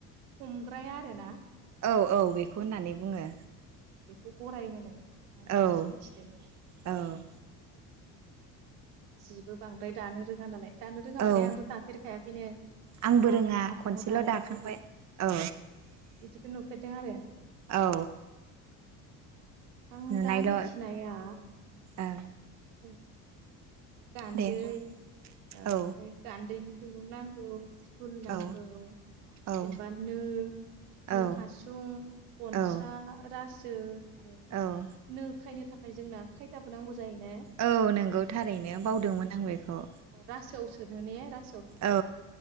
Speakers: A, on the right; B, on the right.
A: हमग्राया आरो ना?
B: औ औ बेखौ होननानै बुङो।
A: खौ गराय होनो। आं दिनैसो
B: औ
A: मिथिदों
B: औ।
A: जिबो बांद्राय दानो रोङा नालाय दानो रोङा माने
B: औ
A: आंथ दाफेरखायाखैनो
B: आंबो
A: आइ
B: रोङा
A: आब
B: खनसेल'
A: दानायखौ
B: दाखांबाय औ
A: ओ इदिखौ नुफेरदों आरो
B: औ
A: आं
B: नुनायल'
A: दा मिथिनाया
B: ओं
A: औ। गान्दै
B: दे बुं
A: ओमफाय
B: औ
A: गान्दैनि दुरुं नांगौ। फुल नांगौ
B: औ औ
A: जेनेबा नो नो
B: औ
A: हासुं गनसा
B: औ
A: रासो <unintelligible> आरो
B: औ
A: नो खायनो था फाय जोंना खायथाबो नांगौ जायो ने
B: औ नंगौथा थारैनो बावदोंमोन आं बेखौ।
A: अ रासोआव सोनाने रा
B: औ